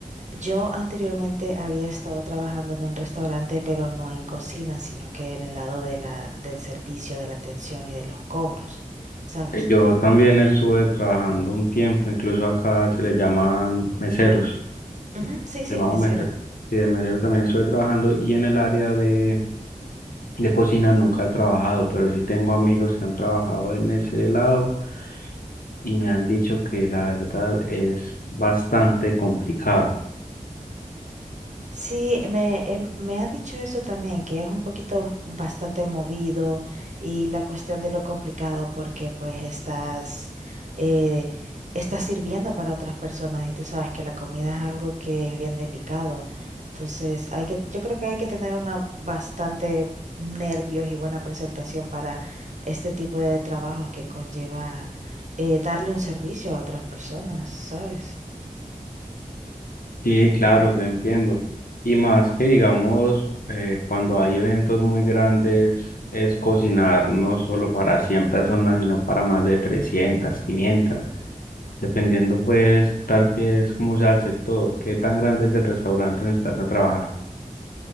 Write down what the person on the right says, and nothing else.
yo anteriormente había estado trabajando en un restaurante, pero no en cocina, sino que en el lado de la, del servicio, de la atención y de los cobros, ¿sabes?
Ujú, sí, sí,
mesero.
Sí, me, em- me han dicho eso también, que es un poquito bastante movido y la cuestión de lo complicado porque pues estás, eh, estás sirviendo para otras personas y tú sabes que la comida es algo que es bien delicado. Entonces, hay que, yo creo que hay que tener una bastante nervios y buena presentación para este tipo de trabajo que conlleva eh, darle un servicio a otras personas, ¿sabes?